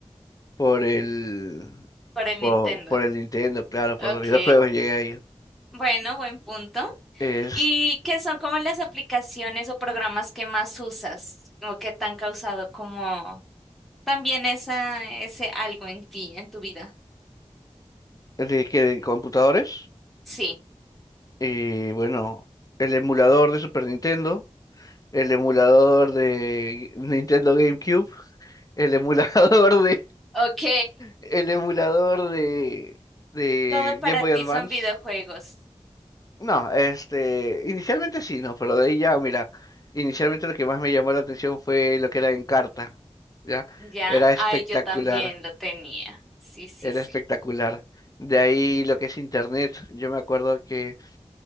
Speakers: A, on the left; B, in the centre.
A: por el,
B: por el
A: por,
B: Nintendo.
A: por el Nintendo, claro, por
B: Ok,
A: los videojuegos llegué a ellos.
B: bueno, buen punto.
A: Es
B: ¿Y qué son como las aplicaciones o programas que más usas o que te han causado como también esa, ese algo en ti, en tu vida?
A: de que de computadores
B: Sí.
A: y bueno, el emulador de Super Nintendo, el emulador de Nintendo GameCube, el emulador de,
B: Ok,
A: el emulador de, de
B: todo para
A: Game Boy
B: ti
A: Advance
B: son videojuegos.
A: No, este, inicialmente sí, no, pero de ahí ya, mira, inicialmente lo que más me llamó la atención fue lo que era Encarta, ¿ya?
B: Ya,
A: Era espectacular,
B: ay, yo también lo tenía. Sí, sí,
A: era
B: sí.
A: espectacular. De ahí lo que es Internet, yo me acuerdo que